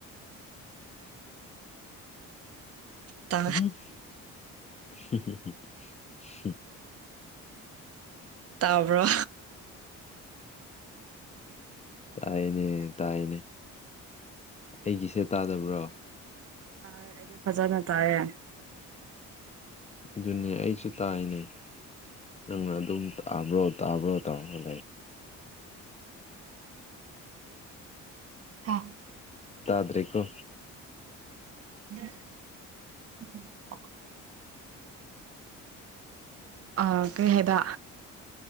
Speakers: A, on the right; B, on the left.
A: ꯇꯥ
B: <unintelligible>
A: ꯇꯥꯕ꯭ꯔꯣ
B: ꯇꯥꯏꯅꯦ ꯇꯥꯏꯅꯦ ꯑꯩꯒꯤꯁꯦ ꯇꯥꯗꯕ꯭ꯔꯣ
A: ꯇꯥꯏ ꯑꯩꯗꯤ ꯐꯖꯅ ꯇꯥꯏꯌꯦ
B: ꯑꯗꯨꯅꯦ ꯑꯩꯁꯨ ꯇꯥꯏꯅꯦ ꯅꯪ ꯑꯗꯨꯝ ꯇꯥꯕ꯭ꯔꯣ ꯇꯥꯕ꯭ꯔꯣ ꯇꯧꯔꯒ ꯂꯩꯔ
A: ꯍꯥꯥ
B: ꯇꯥꯗ꯭ꯔꯦꯀꯣ
A: <inaudible> ꯑ ꯀꯩ ꯍꯥꯏꯕ